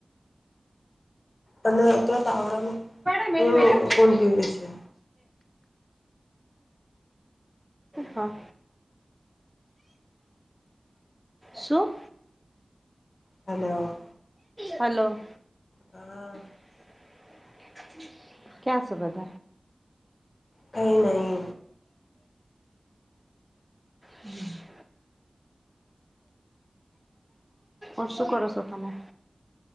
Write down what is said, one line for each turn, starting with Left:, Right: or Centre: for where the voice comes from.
Left: અને અ ત તાવડામાં
Centre: વલી
Left: હમ
Centre: વલી
Left: કોણ પીવે છે
Centre: હા શું?
Left: હલો
Centre: હલો
Left: હા
Centre: <unintelligible> ક્યાંસ બધ
Left: કઈ નહી
Centre: હમ. <unintelligible> હ શું કર છો તમે?